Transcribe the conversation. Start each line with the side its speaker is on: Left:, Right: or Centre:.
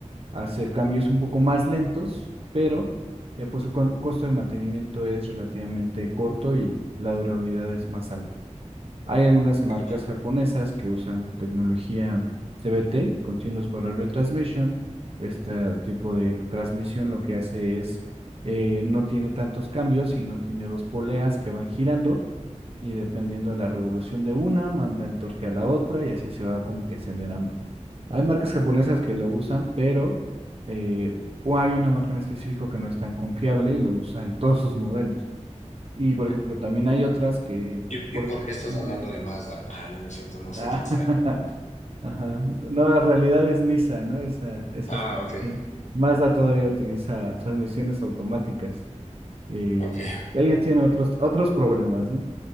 Right: hace cambios un poco más lentos, pero eh, pues su cu- costo de mantenimiento es relativamente corto y la durabilidad es más alta. Hay algunas marcas
Left: Ok,
Right: japonesas que usan tecnología CVT, Continuous Variable Transmission. Este tipo de transmisión lo que hace es, eh, no tiene tantos cambios y no tiene dos poleas que van girando y dependiendo de la revolución de una, manda el torque a la otra y así se va como que acelerando. Hay marcas japonesas
Left: ok.
Right: que lo usan, pero eh, o hay una marca en específico que no es tan confiable y lo usa en todos sus modelos. Y por ejemplo, también hay otras que...
Left: ¿Y,
Right: por-
Left: y por qué estás
Right: Ujú.
Left: hablando de Mazda? Ah, no, no es cierto, no sé
Right: Ah,
Left: quién sea,
Right: <laughs>
Left: pero...
Right: ajá. No, en realidad es Nissan, ¿no? Esa, esa
Left: Ah,
Right: es transmisión.
Left: ok,
Right: Mazda todavía utiliza transmisiones automáticas. Eh,
Left: ok,
Right: ella tiene otros, otros problemas, ¿no?